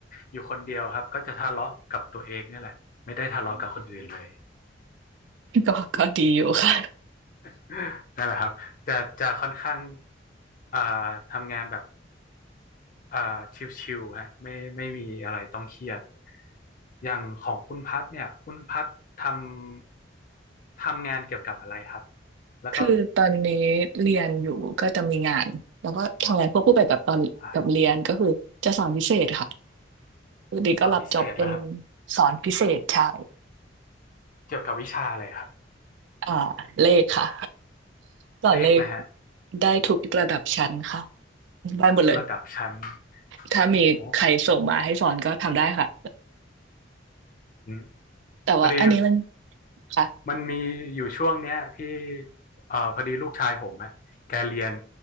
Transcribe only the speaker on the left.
อยู่คนเดียวครับก็จะทะเลาะกับตัวเองเนี่ยแหละไม่ได้ทะเลาะกับคนอื่นเลย
<laughs> นั่นแหละครับจะจะค่อนข้างอ่าทำงานแบบอ่าชิวๆฮะไม่ไม่มีอะไรต้องเครียดอย่างของคุณพัดเนี่ยคุณพัดทำทำงานเกี่ยวกับอะไรครับแล้วก็
อ๋อ
สอนพิเศษเหรอครับ
เกี่ยวกับวิชาอะไรครับ
เลขนะฮะ
ทุกระดับชั้น
อ๋ออืม
พอดี
มันมีอยู่ช่วงเนี้ยที่เอ่อพอดีลูกชายผมอะแกเรียน